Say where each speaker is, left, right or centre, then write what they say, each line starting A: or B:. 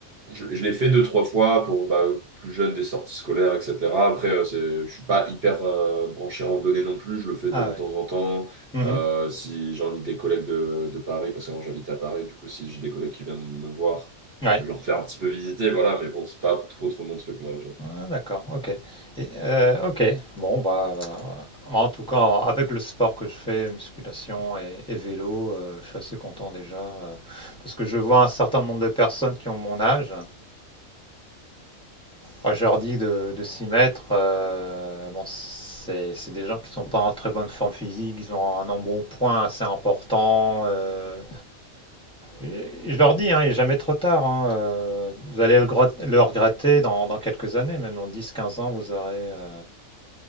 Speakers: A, on the right; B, in the centre.
A: Je, je l'ai fait deux, trois fois pour bah, plus jeune des sorties scolaires, etc. Après, euh, c'est- je suis pas hyper euh, branché randonnée non plus. Je le fais
B: Ah
A: de
B: ouais.
A: temps en temps.
B: Mhm.
A: Euh, si j'invite des collègues de, de Paris, parce que moi j'habite à Paris, du coup, si j'ai des collègues qui viennent me voir,
B: Ouais.
A: je leur fais un petit peu visiter, voilà. Mais bon, c'est pas trop trop mon truc, moi.
B: Ah, d'accord, ok. Et, euh, ok, bon, bah, euh, en tout cas, avec le sport que je fais, musculation et, et vélo, euh, je suis assez content déjà. euh, parce que je vois un certain nombre de personnes qui ont mon âge. Moi, je leur dis de, de s'y mettre. euh, bon, c'est, c'est des gens qui sont pas en très bonne forme physique, ils ont un embonpoint assez important. euh, et- et je leur dis, hein, il n'est jamais trop tard. hein, euh, vous allez le, grat- le regretter dans, dans quelques années, même dans dix, quinze ans, vous aurez. euh,